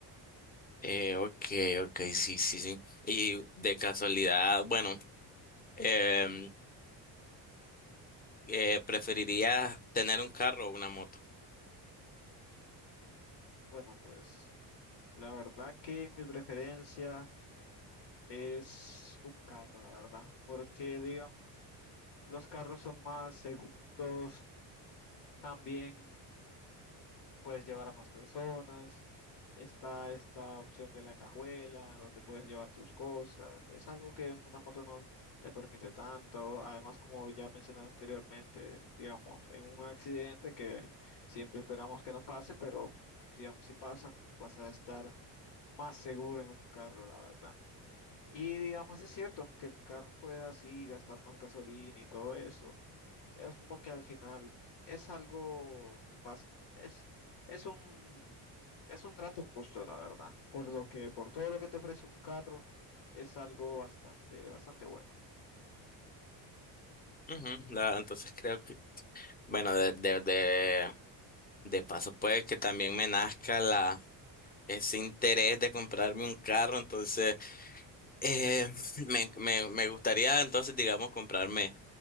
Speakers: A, on the left; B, on the left.
A: Eh, ok, ok, sí, sí, sí. Y de casualidad, bueno. Em, eh, preferiría tener un carro o una moto.
B: Mm, Bueno, pues la verdad que mi preferencia es un carro, la verdad, porque digamos, los carros son más seguros, también puedes llevar a más personas. Está esta opción de la cajuela, donde puedes llevar tus cosas. Es algo que en una moto no te permite tanto. Además, como ya mencioné anteriormente, digamos, en un accidente que siempre esperamos que no pase, pero digamos, si pasan, vas a estar más seguro en un carro, la verdad. Y digamos, es cierto, aunque el carro pueda así gastar más gasolina y todo eso es como que al final es algo, bas- es, es un, es un trato justo, la verdad. Por lo que, por todo lo que te ofrece un carro, es algo bastante, bastante bueno.
A: Ujú, la- entonces creo que, bueno, de, de, de, de paso puede que también me nazca la, ese interés de comprarme un carro, entonces eh, <laughs> me, me, me gustaría entonces, digamos, comprarme